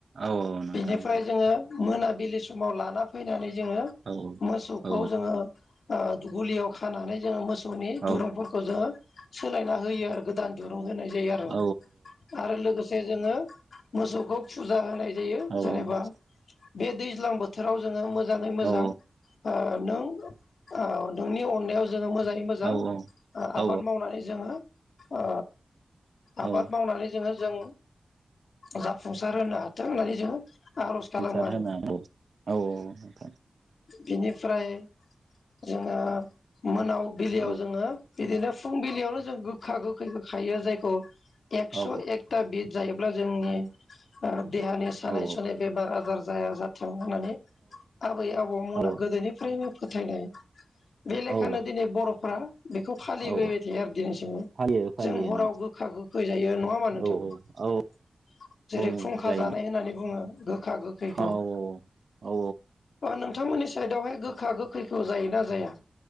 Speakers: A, on the right; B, on the left.
A: औ औ नोंथां
B: बेनिफ्राय जोङो मोनाबिलि समाव लाना फैनानै जोङो
A: औ
B: मोसौखौ
A: औ
B: जोङो आ गलियाव खानानै जोङो मोसौ मोसौनि
A: औ
B: दुरुंफोरखौ जोङो सोलायना होयो आरो गोदान दुरुं होनाय जायो आरो
A: औ
B: आरो लोगोसे जोङो मोसौखौ फुजा होनाय जायो जेनेबा
A: औ
B: बे दैज्लां बोथोराव जोङो मोजाङै मोजां
A: औ
B: ओ नों औ नोंनि अननायाव जोङो मोजाङै मोजां
A: औ औ
B: आबाद मावनानै जोङो ओ आबाद
A: औ
B: मावनानै जोङो जों जाफुंसार होनो हाथों होननानै जोङो आर'ज
A: जाफुंसार
B: खालामो आरो
A: होनो औ नोंथां
B: बिनिफ्राय जोङो मोनाव बिलियाव
A: औ
B: जोङो बिदिनो फुंबिलियावनो जों गोखा गोखैखौ खायो जायखौ एकस'
A: औ
B: एकता बिद जायोब्ला जोंनि देहानि सानाय
A: औ
B: सुनाय बेमारा बार जाया जाथों होननानै आबै आबौमोना
A: औ
B: गोदोनिफ्रायनो फोथायनाय बे लेखानो
A: औ
B: दिनै बर'फ्रा बेखौ फालिबोबाय
A: औ
B: थायो आरो दिनैसिमाव
A: फालियो फालियो
B: जों हराव
A: नोंथां
B: गोखा गोखै जायो नङा होमबा नोंथां
A: औ औ
B: जेरै
A: औ
B: खुंखा
A: जायो
B: जानाय होननानै बुङो गोखा गोखैखौ
A: औ औ
B: अ नोंथांमोननि साइदआवहाय गोखा गोखैखौ जायोना जाया